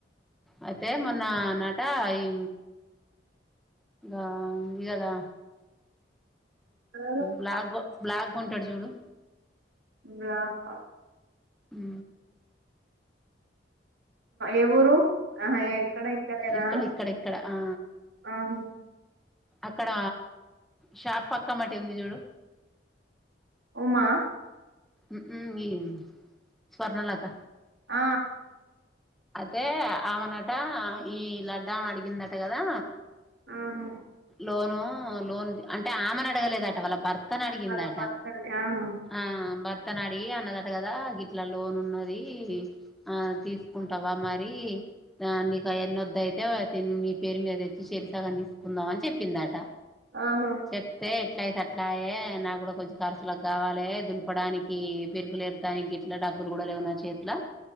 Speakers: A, in the centre; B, on the right.
A: అయితే మొన్న నట ఈ గా ఇంది కదా
B: ఎవరు?
A: బ్లాక్ బ్లాక్ ఉంటాడు చూడు
B: బ్లాకా
A: ఉ హు
B: ఎ ఊరు ఆ ఎక్కడ ఇక్కడేనా
A: ఇక్కడ ఇక్కడ ఇక్కడ ఆ
B: ఆహా
A: అక్కడ షాప్ పక్క మటి ఉంది చూడు
B: ఉ మా
A: ఉ ఇ స్వర్ణలత
B: ఆ
A: అయితే ఆమెనట ఈ లడ్డా అడిగిందట కదా
B: ఆ హ
A: లోను లోన్ అంటే ఆమెను అడగలేదట వాళ్ళ భర్త భర్తను అడిగిందాట
B: భర్త భర్తది ఆహా
A: ఆ బ భర్తను అడిగి అన్నదట కదా గిట్లా లోన్ ఉన్నది ఆ తీసుకుంటావా మరి ఆ నీకా ఎన్నొద్ద అయితవ నీ పేరు మీద అయి చెరిసగం తీసుకుందాం అని చెప్పిందాట
B: ఆహా
A: చెప్తే ఎట్లా అయితే అట్లాయ నాకు కూడా కొంచె ఖర్చులకి కావాలి దులుపడానికి పెరుగులురుతానికి గిట్ల డబ్బ అప్పులు కూడా లేవు నా చేతిలో